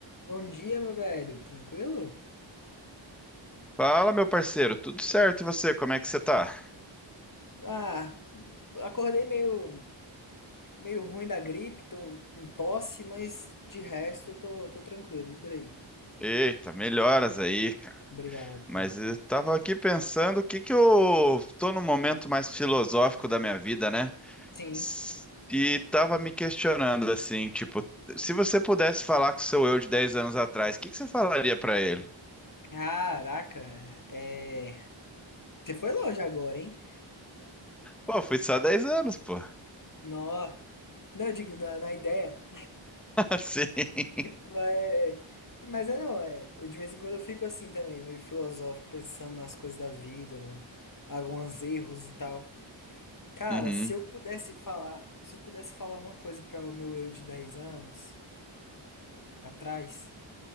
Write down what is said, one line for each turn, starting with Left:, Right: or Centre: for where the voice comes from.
Left: Bom dia, meu velho. Tranquilo?
Centre: Fala, meu parceiro, tudo certo e você? Como é que você tá?
Left: Ah, acordei meio, meio ruim da gripe, tô com tosse, mas de resto eu tô, tô tranquilo. E por aí?
Centre: Eita, melhoras aí, cara.
Left: Obrigado, cara.
Centre: Mas eu tava aqui pensando o que que eu tô num momento mais filosófico da minha vida, né?
Left: Sim.
Centre: S- E tava me questionando assim, tipo, se você pudesse falar com o seu eu de dez anos atrás, o que que você falaria pra ele?
Left: Caraca, é... é, Você foi longe agora, hein?
Centre: Pô, fui só 10 anos, pô.
Left: Nó. Não, eu digo, na, na ideia.
Centre: <laughs> Sim.
Left: <laughs> Mas, mas é não, é. Eu, de vez em quando eu fico assim também, meio filosófico, pensando nas coisas da vida, no- alguns erros e tal. Cara,
Centre: Uhum.
Left: se eu pudesse falar, se eu pudesse falar uma coisa para o meu eu de 10 anos atrás,